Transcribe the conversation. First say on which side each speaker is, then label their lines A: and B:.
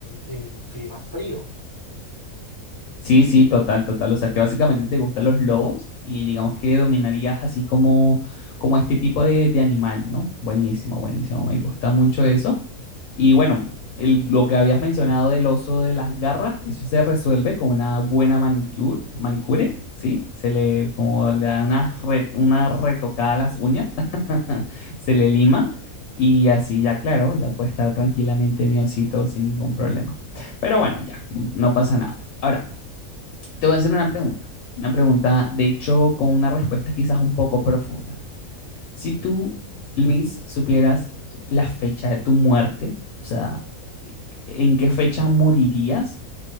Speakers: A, on the left; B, on the left.
A: en clima frío.
B: Sí, sí, total, total. O sea, que básicamente te gustan los lobos y digamos que dominarías así como, como este tipo de, de animal, ¿no? Buenísimo, buenísimo. Me gusta mucho eso. Y bueno, el- lo que habías mencionado del oso de las garras, eso se resuelve con una buena manicure, manicure, ¿sí? Se le, como le da una, re- una retocada a las uñas, <laughs> se le liman y así ya, claro, ya puede estar tranquilamente mi osito sin ningún problema. Pero bueno, ya, no no pasa nada. Ahora. Te voy a hacer una pregunta, una pregunta, de hecho, con una respuesta quizás un poco profunda. Si tú, Luis, supieras la fecha de tu muerte, o sea, en qué fecha morirías,